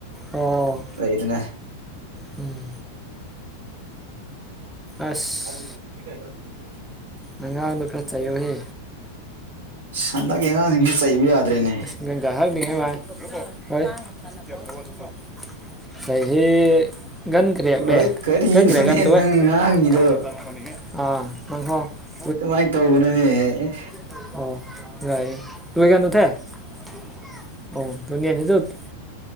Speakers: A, in the centre; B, on the right.
A: ꯑꯣ
B: ꯂꯩꯗꯅ
A: ꯎꯝ ꯑꯁ
B: ꯥꯁꯤꯁꯦ ꯁꯤ ꯀꯩꯅꯣꯒꯤ ꯁꯦ
A: ꯑꯉꯥꯡꯗꯣ ꯈꯔ ꯆꯩꯌꯨꯍꯦ
B: ꯑꯁ ꯍꯟꯗꯛꯀꯤ ꯑꯉꯥꯡꯁꯤꯡꯁꯤ ꯆꯩꯕ ꯌꯗꯔꯦ ꯅꯦ
A: <unintelligible> ꯆꯍꯤ
B: ꯍꯣꯏ ꯀꯔꯤꯅꯣꯅꯦ
A: <unintelligible>
B: ꯅꯪ ꯉꯥꯡꯉꯤꯗꯣ ꯑꯗꯨꯃꯥꯏ ꯇꯧꯒꯅꯨ ꯅꯦꯍꯦ
A: <unintelligible>